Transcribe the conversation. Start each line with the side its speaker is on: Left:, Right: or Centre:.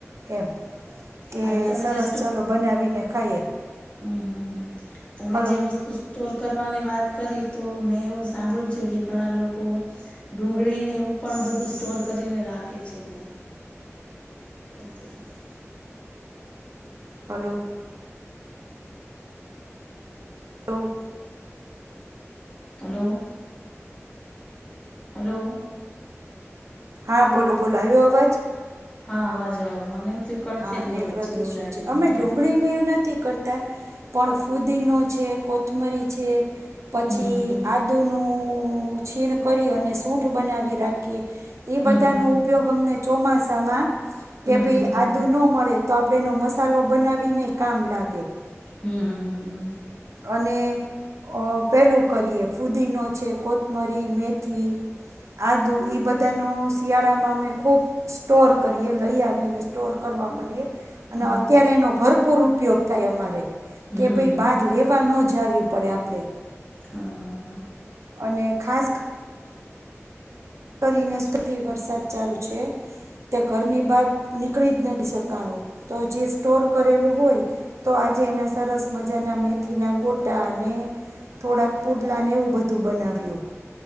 Right: એમ કે
Left: આ ઈ તમે
Right: સરસ
Left: જે
Right: ચલો બનાવીને ખાઈએ.
Left: હમ્મ હમ્મ હા તમે
Right: હલો
Left: જે વસ્તુ સ્ટોર કરવાની વાત કરી તો મેં એવું સાંભળ્યું છે, કે ઘણા લોકો ડુંગળીને એવું પણ બધું સ્ટોર કરીને રાખે છે, બ બંધ થઈ ગયો.
Right: હલો. લો.
Left: હલો. હલો.
Right: હા, બોલો બોલો આવ્યો અવાજ.
Left: હા, અવાજ આવ્યો મને એમ કટ
Right: હા,
Left: થઈ ગયો
Right: નેટવર્ક
Left: વચ્ચે એવું
Right: શું
Left: લાગ્યું
Right: છે અમે
Left: મને
Right: ડુંગળી
Left: એમ
Right: ને એવું નથી કરતા, પણ ફુદીનો છે, કોથમરી છે, પછી
Left: હમ હમ હમ
Right: આ દુનું છીણ કરી અને સૂઠ બનાવી રાખીએ, એ
Left: હમ
Right: બધાનો
Left: હમ
Right: ઉપયોગ અમને ચોમાસામાં કે
Left: હમ
Right: ભાઈ,
Left: હમ હમ
Right: આદુ ન મળે તો આપડનો મસાલો બનાવીને કામ લાગે,
Left: હમ્મ હમ્મ હમ્મ હમ્મ
Right: અને અ પેલું કરીએ ફુદીનો છે, કોથમરી, મેથી, આદુ, એ બધાનો શિયાળામાં અમે ખૂબ સ્ટોર કરીએ, લઈ આવીને સ્ટોર કરવા માંડીએ અને
Left: હમ હમ
Right: અત્યારે એનો ભરપૂર ઉપયોગ થાય, અમારે કે
Left: હમ
Right: ભાઈ
Left: હમ
Right: બાર લેવા ન જવી પડે આપણે.
Left: હા હા હા.
Right: અને ખાસ કરીને સૌથી વરસાદ ચાલુ છે. તે ઘરની બહાર નીકળી જ નથી શકાણું તો જે સ્ટોર કરેલું હોય, તો આજે એના સરસ મજાના મેથીના ગોટા અને થોડાક પૂડલાને એવું બધું બનાવ્યું.